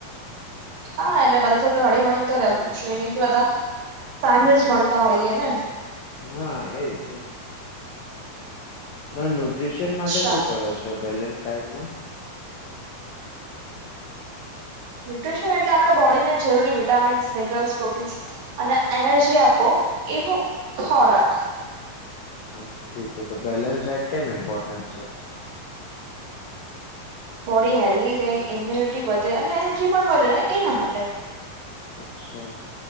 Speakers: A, on the right (about 60°); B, on the left (about 80°).
A: હા એટલે બધા તો તો હળીમળી ને તો રહેવું જ જોઈએ કેમ કે બધા સાંજે જ મળતા હોઈએ ને.
B: હા એજ ને. નો ન્યુટ્રીશન
A: અચ્છા
B: માટે શું કરો છો બેલેન્સ ડાયટમાં?
A: ન્યુટ્રીશન એટલે આપણે બોડીને જરૂરી વિટામિન્સ મિનરલ્સ પ્રોટીન્સ અને એનર્જી આપો એવું ખોરાક.
B: અચ્છા બિલકુલ તો બેલેન્સ ડાયટ કેમ ઈમ્પોર્ટન્ટ છે.
A: બોડી હેલ્ધી રહે ઇમ્યુનિટી વધે અને એનર્જી પણ મળે ને એના માટે.
B: અચ્છા